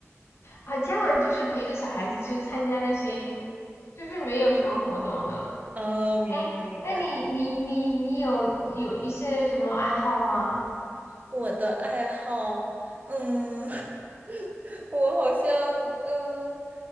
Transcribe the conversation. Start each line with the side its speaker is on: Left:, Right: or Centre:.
Left: 啊家长就是陪着小孩子去参加那些就是没有什么活动的，
Right: 哦，明白明白。
Left: 哎，那你你你你有有一些什么爱好吗？
Right: 我的爱好，嗯，<laughs> 我好像嗯